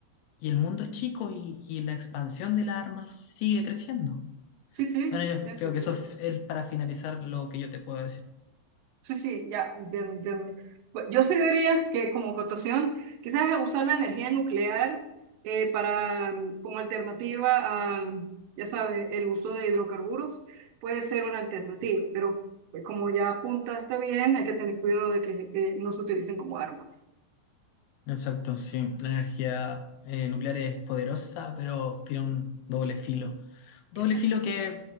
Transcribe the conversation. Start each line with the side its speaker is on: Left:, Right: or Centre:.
Left: Y el mundo es chico y, y la expansión de las armas sigue creciendo.
Right: sí, sí,
Left: Bueno, yo
Right: tiene
Left: creo
Right: sentido.
Left: que eso es es para finalizar lo que yo te puedo decir.
Right: Sí, sí, ya, entiendo, entiendo. Bu- Yo sí diría que como cotación, quizás usar la energía nuclear eh, para mm, como alternativa a, ya sabe, el uso de hidrocarburos puede ser una alternativa, pero eh, como ya apuntaste bien, hay que tener cuidado de que eh, no se utilicen como armas.
Left: Exacto, sí. La energía eh, nuclear es poderosa, pero tiene un doble filo. Doble
Right: Exacto.
Left: filo que